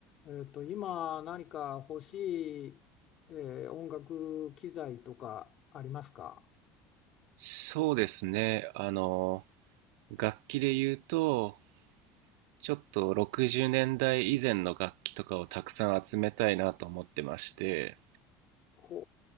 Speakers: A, on the left; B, on the right.
A: えっと、今何か欲しい、えー音楽機材とかありますか
B: そうですね。あの、楽器で言うと、ちょっと60年代以前の楽器とかをたくさん集めたいなと思ってまして、
A: ほ